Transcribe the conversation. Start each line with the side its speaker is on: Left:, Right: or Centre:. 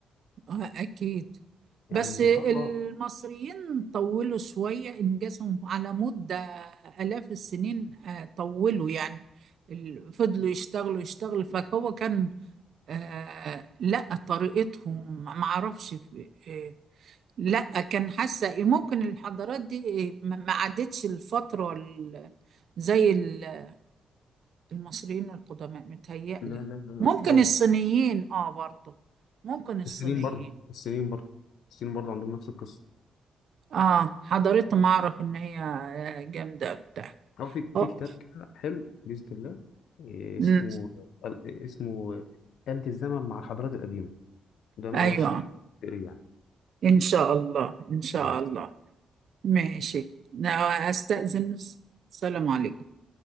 Right: آه اكيد
Left: يعني
Right: بس
Left: سبحان
Right: المصريين
Left: الله
Right: طولوا شوية إنجازهم على مدة آلاف السنين آه، طولوا يعني ال- فضلوا يشتغلوا يشتغلوا فهو كان آه لا طريقتهم ما اعرفش آه لا كان حاسه إيه، ممكن الحضارات دي إيه، ما ما عدتش الفتره ال- زي ال- المصريين القدماء متهيألي
Left: لا لا لا لا
Right: ممكن
Left: خالص
Right: الصينيين اه برضه ممكن الصينيين
Left: السنين برضه السنين برضه السنين برضه عندهم نفس القصه
Right: اه حضارتهم اعرف ان هي آه، جامده بتاع
Left: أو في
Right: آه،
Left: في كتاب كده حلو بإذن الله إيه اسمه
Right: أمم،
Left: اسمه آلة الزمن مع الحضارات القديمة ده أنا
Right: ايوه
Left: أرشح تقريه يعني
Right: ان شاء الله ان شاء
Left: بإذن الله
Right: الله ماشي أنا استأذن السلام عليكم